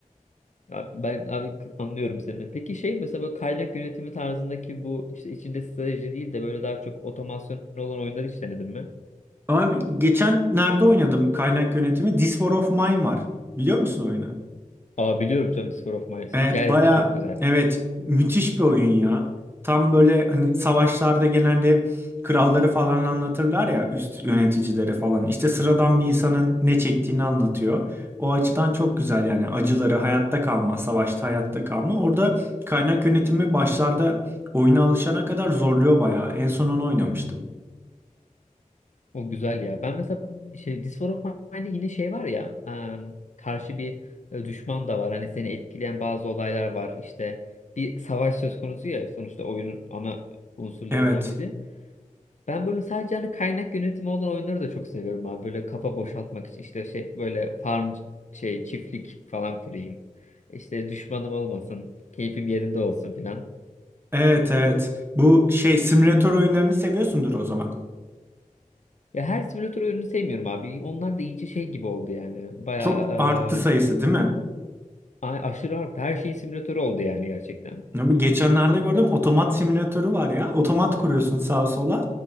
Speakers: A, on the left (about 60°); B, on the right (about 15°).
A: Abi Ben abi anlıyorum seni. Peki şey mesela böyle kaynak yönetimi tarzındaki bu işte içinde strateji değil de böyle daha çok otomasyon olan oyunları hiç denedin mi?
B: Abi geçen nerede oynadım kaynak yönetimi? This War of Mine var. Biliyor musun oyunu?
A: Aa biliyorum canım Sphere of Mine. Hikayesi
B: Evet baya
A: de çok güzel.
B: evet müthiş bir oyun ya. Tam böyle hani savaşlarda genelde kralları falan anlatırlar ya üst yöneticileri falan. İşte sıradan bir insanın ne çektiğini anlatıyor. O açıdan çok güzel yani acıları hayatta kalma, savaşta hayatta kalma. Orada kaynak yönetimi başlarda oyuna alışana kadar zorluyor baya. En son onu oynamıştım.
A: O güzel ya. Ben mesela şey This War of Mine'de yine şey var ya em, karşı bir e, düşman da var. Hani seni etkileyen bazı olaylar var. İşte bir savaş söz konusu ya sonuçta oyunun ana unsurlarından
B: Evet.
A: biri. Ben böyle sadece hani kaynak yönetimi olan oyunları da çok seviyorum abi. Böyle kafa boşaltmak için işte şey böyle farm şey çiftlik falan kurayım. İşte düşmanım olmasın. Keyfim yerinde olsun filan.
B: Evet evet. Bu şey simülatör oyunlarını seviyorsundur o zaman.
A: Ya her simülatör oyununu sevmiyorum abi. Onlar da iyice şey gibi oldu yani. Bayağı
B: Çok arttı sayısı değil mi?
A: Ay, aşırı arttı. Her şeyin simülatörü oldu yani gerçekten.
B: Abi geçenlerde gördüm otomat simülatörü var ya. Otomat kuruyorsun sağa sola.